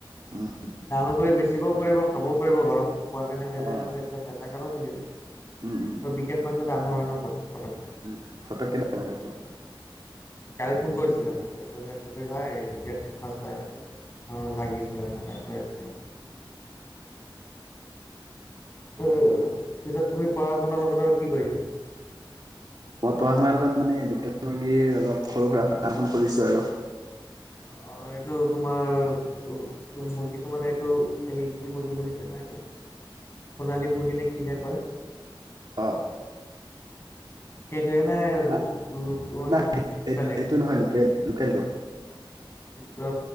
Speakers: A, on the right (about 55°); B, on the left (about 30°).
A: উম
B: ডাঙৰ কৰি বেচিবও পিব খাব পাৰিব ঘৰত খোৱা কাৰণে হৈ যায়
A: অ
B: আৰু পিছত বেচা কাৰো চলি যায়। ত
A: উম উম
B: বিকেট মাছটো ডাঙৰ হয় ন পতককে
A: উ পটককে ডাঙৰ হয় সেইটো
B: উ কালি ফোন কৰিছিলে মান কৈছা যে কবি ভাই বিকেট লাগে। অ লাগিছিলে মানে এাক কৈ আছিলে। উ পিছত তুমি পঢ়া শুনাৰ লগত আৰু কি কৰি আছা।
A: মই পঢ়া শুনাৰ লগত মানে লোকেল মুৰ্গীৰ, অলপ সৰু সুৰা ফাম এখন খুলিছোঁ আৰু
B: আৰু এইটো তোমাৰ- উ মুৰ্গীটো মানে এইটো এই কি মুৰ্গী বুলি কয় নহয় এইটো সোণালী মুৰ্গীনে কি হে কয়।
A: অঁ
B: সেইটয়ে নে
A: ন
B: লোক মানে
A: নাই
B: বেলেগ
A: এইটো নহয় লোকেল লোকেলটো
B: ত